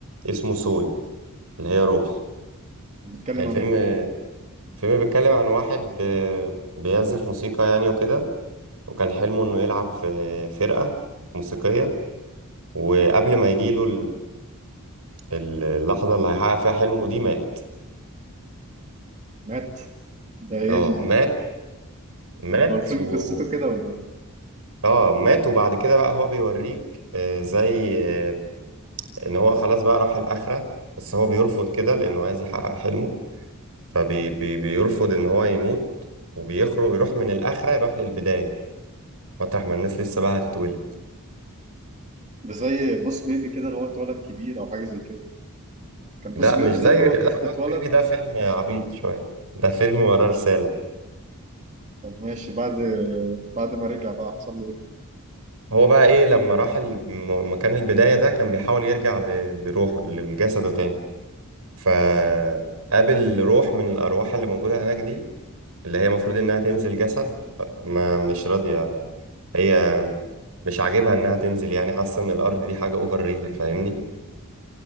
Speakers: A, on the right; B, on the right.
A: اسمه سول اللي هي روح
B: بتتكلم
A: الفيلم
B: عن ايه الفيلم
A: الفيلم بيتكلم عن واحد آه، بيعزف موسيقى يعني وكده وكان حلمه انه يلعب في فرقة موسيقية وقبل ما يجيله اللحظة اللي هيحقق فيها حلمه دي مات
B: مات ده ايه
A: اه
B: ال...
A: مات مات
B: هو الفيلم
A: و
B: قصته كده ولا ايه
A: اه مات وبعد كده بقى هو بيوريك آه، زي آه، ان هو خلاص بقى راح الآخرة بس هو بيرفض كده لأنه عايز يحقق حلمه فبيرفض ان هو يموت وبيخرج يروح من الآخرة يروح للبداية مطرح ما الناس لسه بقى هتتولد
B: ده زي بوس بيبي كده اللي هو اتولد كبير او حاجه زي كده كان بوس
A: لا
B: بيبي
A: مش زي
B: ده اللي هو
A: لا
B: طفل
A: بس
B: اتولد
A: بيبي ده فيلم عبيط شوية ده فيلم وراه رسالة
B: طب ماشي بعد بعد ما رجع بقى حصل له ايه
A: هو بقى ايه لما راح الم- مكان البداية ده كان بيحاول يرجع ل- لروح لجسده تاني فقابل روح من الأرواح اللي موجودة هناك دي اللي هي المفروض إنها تنزل جسد ما مش راضية هي مش عاجبها إنها تنزل يعني حاسة إن الأرض دي حاجة أوفر ريتد فاهمني؟